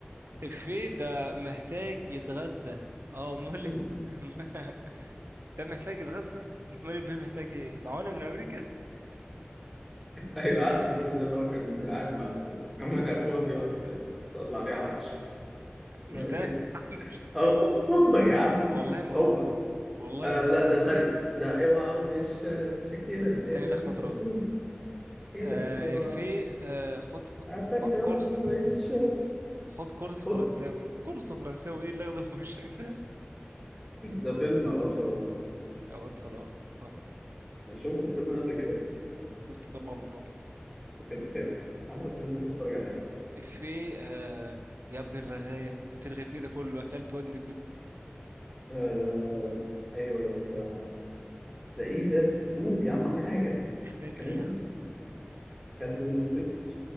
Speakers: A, on the right; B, in the centre.
A: الفيه ده محتاج يتغذى اه امال
B: <laughs>
A: إيه؟ <laughs> ده محتاج يتغذى امال البيه محتاج ايه معونه من امريكا
B: ايوه عارفه الفيلم ده اللي هو كان قاعد مع الس... كان ابوها بيقعد
A: <laughs>
B: يطلع ريحه وحشه
A: مش
B: ايه
A: ده <laughs> مش ده
B: هو هو <laughs> يا عم
A: والله ما هو
B: هو
A: والله
B: آه
A: ما هو
B: لا ده سري ده اوعى وش شاكيرا
A: التاني
B: اوعى
A: لخمة راس
B: شاكيرا
A: آه
B: اوعى
A: في آه خد
B: عارفك
A: خد
B: ده
A: كورس
B: والله وش
A: خد كورس فرنساوي
B: هوب.
A: كورس فرنساوي ايه اللي اخده في وشك ده
B: ده فيلم اوقات فراغ
A: اوقات فراغ صح
B: أنا شفت الفيلم ده قبل كده؟
A: شفته اربع مرات مثلا
B: كان بخير. احلى فيلم ممكن تتفرج عليه عامة
A: في آه يا ابن الرغاية بترغي في ايه ده كله اكلت ودني البيت
B: آه... ايوه ده ايه ده؟ قول يا عم حاجة
A: مش فاكر
B: كان
A: يا
B: اسمه
A: عم
B: كان ودن البيت